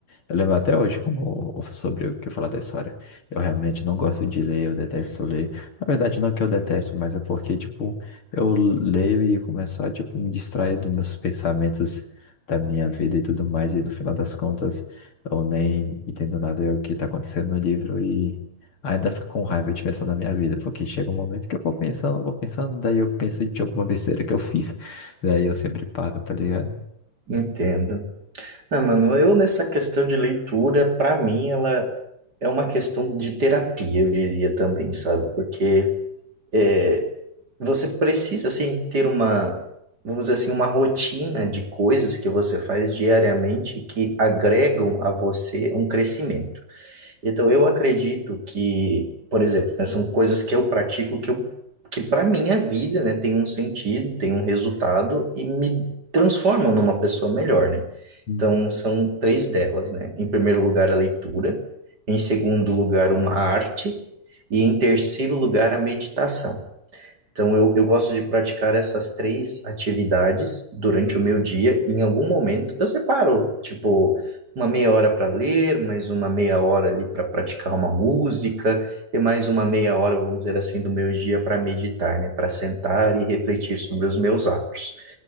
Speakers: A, on the left; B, on the right.
A: Eu lembro até hoje como, sobre o que eu falar da história. Eu realmente não gosto de ler, eu detesto ler. Na verdade, não que eu detesto, mas é porque, tipo, eu leio e começo a, tipo, me distrair dos meus pensamentos da minha vida e tudo mais. E no final das contas, eu nem entendo nada do que tá acontecendo no livro e ainda fico com raiva de pensar na minha vida, porque chega um momento que eu vou pensando, vou pensando, daí eu penso de alguma besteira que eu fiz. Daí eu sempre paro, tá ligado?
B: Entendo. Ah, mano, eu nessa questão de leitura, pra mim, ela é uma questão de terapia, eu diria também, sabe? Porque é, você precisa, assim, ter uma, vamos dizer assim, uma rotina de coisas que você faz diariamente que agregam a você um crescimento. Então, eu acredito que, por exemplo, né, são coisas que eu pratico que, eu, que para minha vida, né, tem um sentido, tem um resultado e me transformam numa pessoa melhor, né?
A: Uhum.
B: Então, são três delas, né? Em primeiro lugar, a leitura. Em segundo lugar, uma arte. E em terceiro lugar, a meditação. Então, eu, eu gosto de praticar essas três atividades durante o meu dia. E em algum momento, eu separo, tipo, uma meia hora para ler, mais uma meia hora ali para praticar uma música, e mais uma meia hora, vamos dizer assim, do meu dia para meditar, né? Para sentar e refletir sobre os meus atos.